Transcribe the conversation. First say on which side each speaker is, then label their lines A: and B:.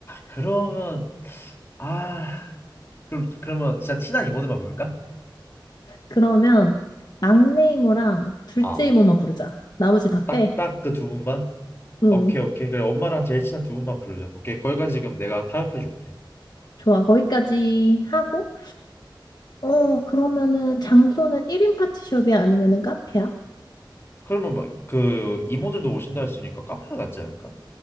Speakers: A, on the left; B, on the left.
A: 그러면 아, 그럼 그러면 진짜 친한 이모들만 부를까?
B: 그러면 막내 이모랑 둘째
A: 아,
B: 이모만 부르자. 나머지 다
A: 딱딱
B: 빼.
A: 그 두 분만?
B: 응.
A: 오케이, 오케이. 그래, 엄마랑 제일 친한 두 분만 부르자. 오케이, 거기까지 지금 내가 타협해 줄게.
B: 좋아. 거기까지 하고 어 그러면은 장소는 1인 파티숍이야 아니면은 카페야?
A: 그러면 막 그 이모들도 오신다 했으니까 카페가 낫지 않을까?